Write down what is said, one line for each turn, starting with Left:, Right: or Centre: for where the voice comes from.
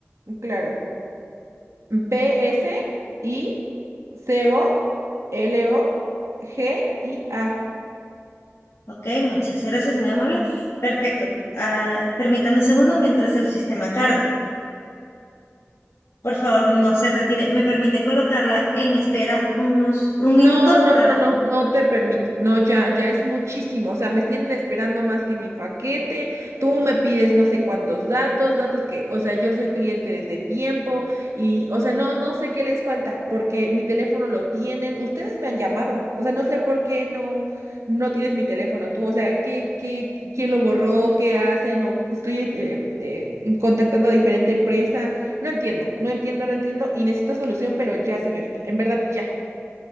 Right: Claro. P S I C O L O G I A.
Left: Ok, muchas gracias, muy amable. Perfecto. Ah, permítame un segundo mientras el sistema carga. Por favor, no se retire. ¿Me permite colocarla en espera unos un
Right: No,
Left: minuto
Right: no,
Left: para...
Right: no, no, no te permito. No, ya, ya es muchísimo. O sea, me tienen esperando más que mi paquete. Tú me pides no sé cuántos datos, datos que, o sea, yo soy cliente desde tiempo y, o sea, no, no sé qué les falta porque mi teléfono lo tienen. Ustedes me han llamado. O sea, no sé por qué no, no tienes mi teléfono tú. O sea, ¿qué, qué, quién lo borró? ¿Qué hacen? O estoy eh, eh, contactando a diferente empresa. No entiendo, no entiendo, no entiendo y necesito solución, pero ya, señorita, en verdad, ya.